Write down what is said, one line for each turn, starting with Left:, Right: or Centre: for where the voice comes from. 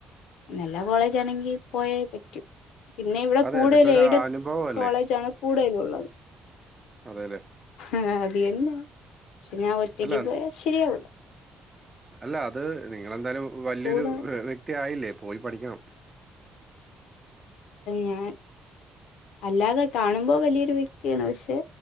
Left: നല്ല കോളേജാണെങ്കി പോയേ പറ്റു പിന്നെ ഇവിടെ
Right: അതെ
Left: കൂടുതലും
Right: അതൊക്കെ ഒരു
Left: എയ്ടട്
Right: അനുഭവമല്ലേ?
Left: കോളേജാണ് കൂടുതലും
Right: അതെല്ലേ.
Left: ആ അത് ന്നെ പക്ഷെ ഞാൻ ഒറ്റയ്ക്ക്
Right: അല്ല
Left: പോയാ ശരിയാവു ല്ല
Right: അല്ല അത് നിങ്ങളെന്താലും വലിയൊരു
Left: കൂടെ
Right: വ്യക്തിയായില്ലേ പോയി പഠിക്കണം
Left: ഞാൻ അല്ലാതെ കാണുമ്പോ വലിയൊരു വ്യക്തിയാണ് പക്ഷെ